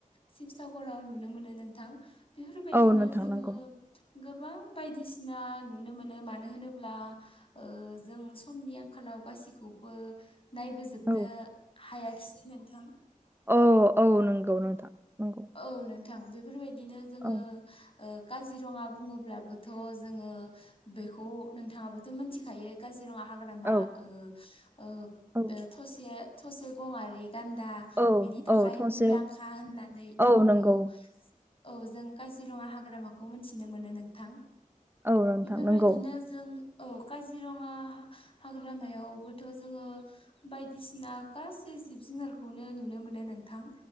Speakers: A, on the left (about 40°); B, on the right (about 15°).
A: शिबसागराव नुनो मोनो नोंथां। बेफोरबायदिनो
B: औ नोंथां
A: जोङो
B: नंगौ
A: गोबां बायदिसिना नुनो मोनो मानो होनोब्ला ओ जों समनि आंखालाव गासैखौबो नायबोजोबनो
B: औ
A: हायाखिसै नोंथां।
B: औ औ नंगौ नोंथां नंगौ।
A: औ नोंथां बेफोरबायदिनो जोङो
B: औ
A: ओ काजिरङा बुङोब्लाबोथ' जोङो बेखौ नोंथाङाबोथ' मिथिखायो। काजिरङा हाग्रामा
B: औ
A: ओ ओ
B: औ
A: थसे थसे गङारि गान्दा
B: औ
A: बिनि थाखाय
B: औ थसे
A: मुंदांखा होननानै
B: औ नंगौ
A: औ औ जों काजिरङा हाग्रामाखौ मिथिनो मोनो नोंथां।
B: औ नोंथां
A: बेफोरबायदिनो
B: नंगौ
A: जों औ काजिरङा हाग्रामायावबोथ' जोङो बायदिसिना गासै जिब जुनारखौनो नुनो मोनो नोंथां